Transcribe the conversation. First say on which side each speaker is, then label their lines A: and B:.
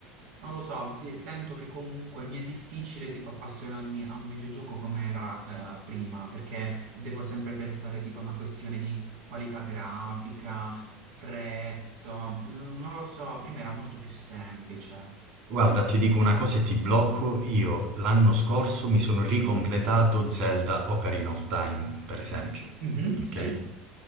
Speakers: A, on the right (about 80°); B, on the right (about 55°).
A: non lo so, vi- sento che comunque mi è difficile tipo appassionarmi a un videogioco come era eh, prima, perché devo sempre pensare tipo a una questione di qualità grafica, prezzo, eh, non lo so, prima era molto più semplice.
B: Guarda, ti dico una cosa e ti blocco, io l'anno scorso mi sono ricompletato Zelda Ocarina of Time, per esempio,
A: Mhm,
B: ok?
A: sì.